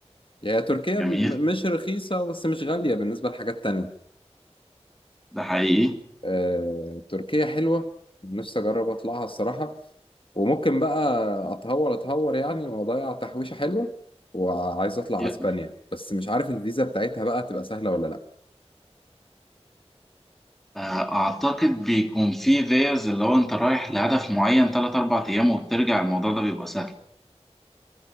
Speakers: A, on the left; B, in the centre.
A: يعني تركيا
B: جميل
A: م- مش رخيصة بس مش غالية بالنسبة لحاجات تانية
B: ده حقيقي
A: آه، تركيا حلوة نفسي أجرب أطلعها الصراحة وممكن بقى أتهور أتهور يعني وأضيع تحويشة حلوة وعايز أطلع
B: ي-
A: أسبانيا بس مش عارف الفيزا بتاعتها بقى تبقى سهلة ولا لأ
B: آه، اعتقد بيكون في فيز اللي هو انت رايح لهدف معين 3 4 ايام وبترجع الموضوع ده بيبقى سهل